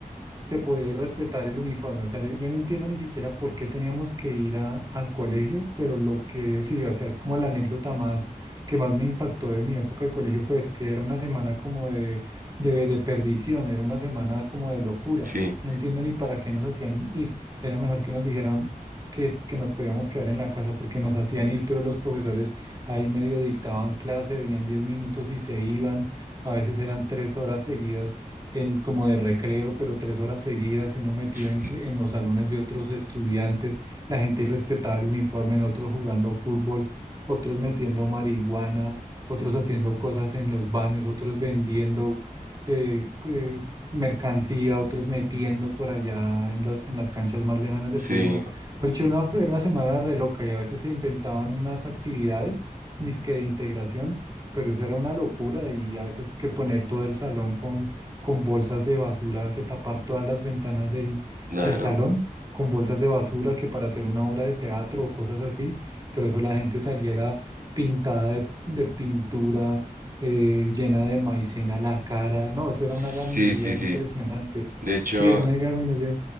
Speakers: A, on the right; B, on the right.
A: se podía ir respetar el uniforme. O sea, le- yo no entiendo ni siquiera por qué teníamos que ir a- al colegio, pero lo que sí, o sea, es como la anécdota más que más me impactó de mi época de colegio fue eso, que era una semana como de, de, de perdición, era una semana como de locura.
B: Sí,
A: No entiendo ni para qué nos hacían ir. Era mejor que nos dijeran que, es, que nos podíamos quedar en la casa porque nos hacían ir, pero los profesores ahí medio dictaban clase, venían 10 minutos y se iban. A veces eran tres horas seguidas en, como de recreo, pero tres horas seguidas y uno metido
B: sí,
A: en, cl- en los salones de otros estudiantes, la gente irrespetaba el uniforme, en otros jugando fútbol, otros metiendo marihuana, otros haciendo cosas en los baños, otros vendiendo eh, eh, mercancía, otros metiendo por allá en las, en las canchas más lejanas de
B: sí,
A: fútbol. Pero era una, era una semana re loca y a veces se inventaban unas actividades, dizque de integración pero eso era una locura y a veces que poner todo el salón con con bolsas de basura, que tapar todas las ventanas del,
B: claro.
A: del salón, con bolsas de basura, que para hacer una obra de teatro o cosas así, pero eso la gente saliera pintada de, de pintura, eh, llena de maicena la cara, no, eso era
B: Sí,
A: una gaminería
B: sí,
A: impresionante,
B: sí. De hecho,
A: sí, era una gaminería.